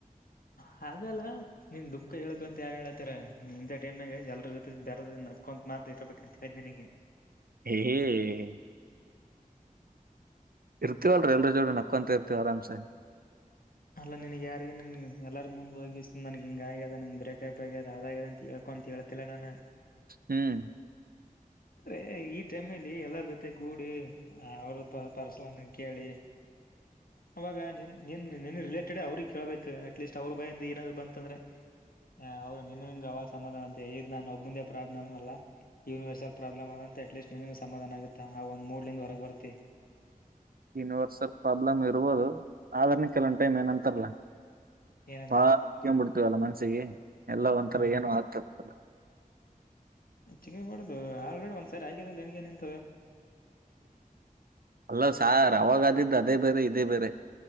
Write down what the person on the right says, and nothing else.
ಹ್ಮ್ <inaudible> ಇರ್ತೀವಲ್ರ ಎಲ್ರ ಜೋಡೆ ನಕ್ಕಂತ ಇರ್ತೀವಿ ಆರಾಮ್ಸೆ.
ಹ್ಮ್
ಯೂನಿವರ್ಸಲ್ ಪ್ರಾಬ್ಲಮ್ ಇರುವುದು ಆದಾರ್ನ ಕೆಲವನ್ ಟೈಮ್ ಏನಂತಾರಲ್ಲ.
ಬಾಳಕ್ಬಿಡ್ತೀವಲ್ಲ ಮನ್ಸಿಗೆ ಎಲ್ಲಾ ಒಂಥರ
ಏನು ಆಗ್ತರ್ಲ್ಲ.
ಅಲ್ಲ ಸಾರ್ ಅವಾಗಾದಿದ್ದದು ಇದೇ ಬೇರೆ ಇದೇ ಬೇರೆ